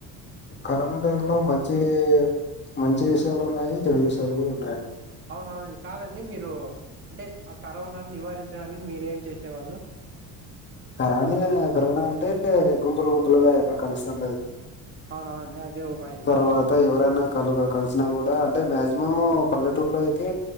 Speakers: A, on the left (about 30°); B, on the right (about 35°).
A: కరోనా టైంలో మంచిగ చే మంచి విషయాలు ఉన్నాయి. చెడు విషయాలు కూడా ఉన్నాయి.
B: అవునవునండి కాదండి మీరు అంటే ఆ కరోనాను నివారించు డానికి మీరేం చేసేవాళ్ళు
A: కరానా కరోనా అంటే గుంపులు గుంపులుగా ఎక్కడ కలుస్తాం లేదు.
B: అవునవునండి అదే ఒక పాయింట్
A: తర్వాత ఎవరన్నా కలువ కలిసినా కూడా అంటే మాక్సిమం పల్లెటూరులో అయితే